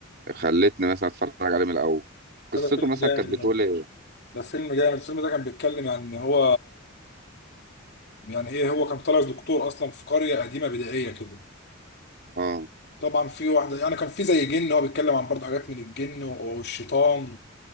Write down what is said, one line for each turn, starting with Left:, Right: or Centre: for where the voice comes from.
Right: خلتني مثلا اتفرج عليه من الاول قصته
Left: ده فيلم
Right: مثلا
Left: جامد
Right: كانت بتقول
Left: أوي.
Right: ايه
Left: ده فيلم جامد الفيلم ده كان بيتكلم عن ان هو يعني ايه هو كان طالع دكتور اصلا في قريه قديمه بدائيه كده
Right: اه
Left: طبعا في واحده يعني كان في زي جن هو بيتكلم عن برضه حاجات من الجن و- والشيطان